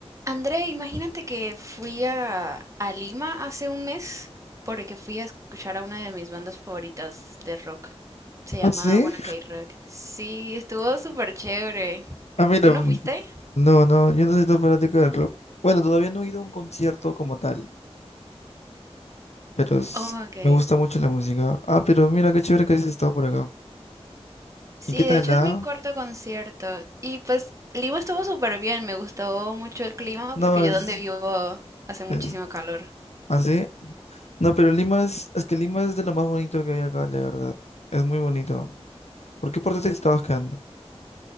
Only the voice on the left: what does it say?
¿Ah, sí?
Ah, mira,
mm,
no, no, yo no soy tan fanático del rock. Bueno, todavía no he ido a un concierto como tal, pero s-
me gusta mucho la música. Ah, pero mira, qué chévere que has estado por acá.
¿Y qué tal
la?
No,
es,
es,
¿ah, sí? No, pero Lima es, es que Lima es de lo más bonito que hay acá, la verdad. Es muy bonito. ¿Por qué parte te estabas quedando?